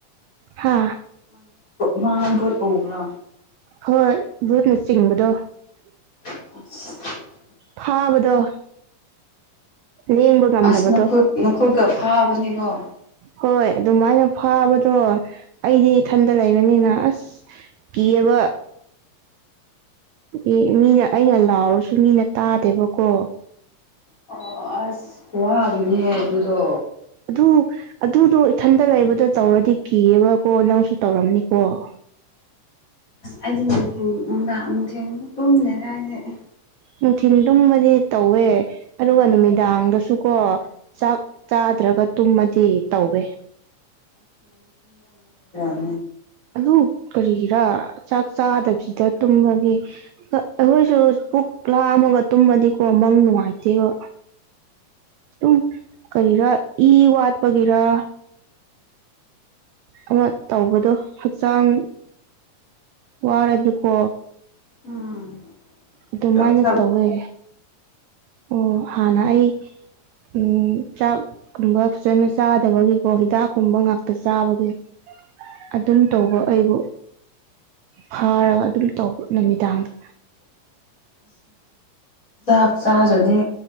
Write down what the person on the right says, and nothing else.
ꯍꯥ
ꯍꯣꯏ ꯚꯨꯠꯅ ꯆꯤꯡꯕꯗꯣ
ꯐꯥꯕꯗꯣ ꯂꯦꯡꯕ ꯉꯝꯗꯕꯗꯣ
ꯍꯣꯏ ꯑꯗꯨꯃꯥꯏꯅ ꯐꯥꯕꯗꯣ ꯑꯩꯗꯤ ꯏꯊꯟꯗ ꯂꯩꯕꯅꯤꯅ ꯑꯁ ꯀꯤꯑꯕ ꯑꯦ ꯃꯤꯅ ꯑꯩꯅ ꯂꯥꯎꯔꯁꯨ ꯃꯤꯅ ꯇꯥꯗꯦꯕꯀꯣ
ꯑꯗꯨ ꯑꯗꯨꯗꯣ ꯏꯊꯟꯗ ꯂꯩꯕꯗ ꯇꯧꯔꯗꯤ ꯀꯤꯑꯕꯀꯣ ꯅꯪꯁꯨ ꯇꯧꯔꯝꯅꯤꯀꯣ <inaudible>
ꯅꯨꯡꯊꯤꯜꯗꯨꯨꯝꯕꯗꯤ ꯇꯧꯋꯦ ꯑꯗꯨꯒ ꯅꯨꯃꯤꯗꯥꯡꯗꯁꯨꯀꯣ ꯆꯥꯛ ꯆꯥꯗ꯭ꯔꯒ ꯇꯨꯝꯃꯗꯤ ꯇꯧꯋꯦ
ꯑꯗꯨ ꯀꯔꯤꯒꯤꯔꯥ ꯆꯥꯛ ꯆꯥꯗꯕꯁꯤꯗ ꯇꯨꯝꯃꯒꯦ ꯑꯩꯈꯣꯏꯁꯨ ꯄꯨꯛ ꯂꯥꯝꯃꯒ ꯇꯨꯝꯃꯗꯤꯀꯣ ꯆꯪꯅꯨꯡꯉꯥꯏꯇꯕ ꯎ ꯀꯔꯤꯔ ꯏ ꯋꯥꯠ ꯒꯦꯔ ꯑꯃ ꯇꯧꯕꯗꯣ ꯍꯛꯆꯥꯡ ꯋꯥꯔꯗꯤꯀꯣ
ꯑꯗꯨꯃꯥꯏꯅ
ꯇꯧꯋꯦ ꯑꯣ ꯍꯥꯟꯅ ꯑꯩ ꯎ ꯆꯥꯛꯀꯨꯝꯕ ꯐꯖꯅ ꯆꯥꯗꯕꯒꯤꯀꯣ ꯍꯤꯗꯥꯛꯀꯨꯝꯕ ꯉꯥꯛꯇ ꯆꯥꯕꯒꯤ ꯑꯗꯨꯝ ꯇꯧꯕ ꯑꯩꯕꯨ ꯐꯥꯔꯒ ꯑꯗꯨꯝ ꯇꯧꯕ ꯅꯨꯃꯤꯗꯥꯡꯗ